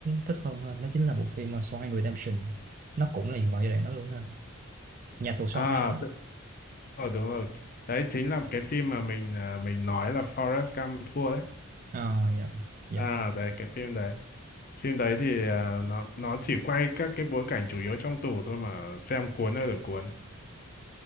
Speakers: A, on the right; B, on the left.
A: thích hơn ha. nó chính là bộ phim ờ, Shawshank Redemption nó cũng là vào giai đoạn đó luôn ha nhà tù Shawshank
B: à
A: á.
B: tự- ờ, đúng rồi đấy chính là cái phim mà mình ờ, mình nói là Forrest Gump thua đấy
A: ờ dạ dạ
B: à đấy cái phim đấy phim đấy thì ờ, nó nó chỉ quay các cái bối cảnh chủ yếu trong tù thôi mà xem cuốn ơi là cuốn